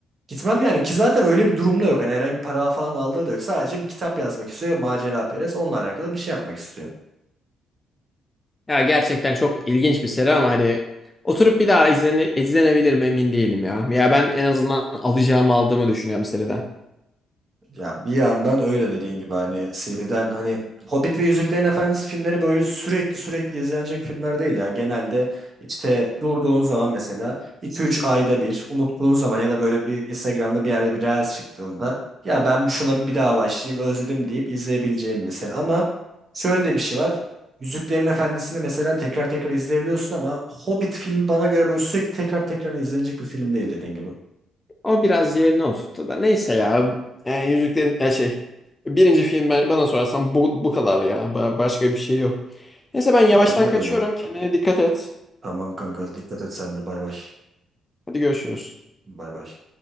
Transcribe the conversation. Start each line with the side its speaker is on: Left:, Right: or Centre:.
Right: Gitmem yani ki zaten öyle bir durumda yok. Hani herhangi bir para falan aldığı da yok. Sadece bir kitap yazmak istiyor ve macera perest. Onunla alakalı bir şey yapmak istiyor.
Left: Ya gerçekten çok ilginç bir seri ama hani oturup bir daha izlene, izlenebilir mi emin değilim ya. Ya ben en azından alacağımı aldığımı düşünüyorum seriden.
Right: Ya bir yandan öyle dediğin gibi hani seriden hani Hobbit ve Yüzüklerin Efendisi filmleri böyle sürekli sürekli izlenecek filmler değil ya. Genelde işte durduğun zaman mesela iki üç ayda bir unuttuğun zaman ya da böyle bir Instagram'da bir yerde bir reels çıktığında ya ben bu şuna bir daha başlayayım özledim deyip izleyebileceğim bir seri. Ama şöyle de bir şey var. Yüzüklerin Efendisi'ni mesela tekrar tekrar izleyebiliyorsun ama Hobbit filmi bana göre böyle sürekli tekrar tekrar izlenecek bir film değil dediğin gibi.
Left: Ama biraz yerine oturttu da neyse ya. Yani Yüzüklerin ya şey. Birinci film ben, bana sorarsan bu, bu kadar ya. Ba- başka bir şey yok. Neyse ben
Right: Ya
Left: yavaştan
Right: bence
Left: kaçıyorum.
Right: de öyle.
Left: Kendine dikkat et.
Right: Tamam kanka dikkat et sen de bay bay.
Left: Hadi görüşürüz.
Right: Bay bay.